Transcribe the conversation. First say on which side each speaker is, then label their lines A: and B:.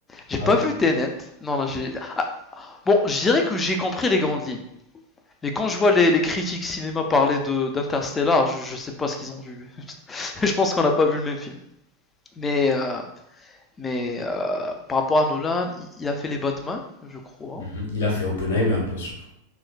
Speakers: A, on the left; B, on the left.
A: j'ai
B: Ah
A: pas
B: oui?
A: vu Tenet. Non, non, j'ai. Bon, je dirais que j'ai compris les grandes lignes. Mais quand je vois les, les critiques cinéma parler de d'Interstellar, je, je sais pas ce qu'ils ont vu. <laughs> je pense qu'on n'a pas vu le même film. Mais euh, mais euh, par rapport à Nolan, il, il a fait les Batman, je crois.
B: Mhm. Il a fait Oppenheimer, bien sûr.